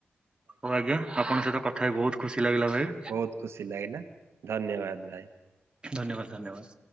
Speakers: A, on the right; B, on the right.
A: ହଉ ଆଜ୍ଞା ଆପଣଙ୍କ ସହିତ କଥା ହି ବହୁତ ଖୁସି ଲାଗିଲା ଭାଇ।
B: ବହୁତ ଖୁସି ଲାଗିଲା ଧନ୍ୟବାଦ ଭାଇ।
A: ଧନ୍ୟବାଦ ଧନ୍ୟବାଦ।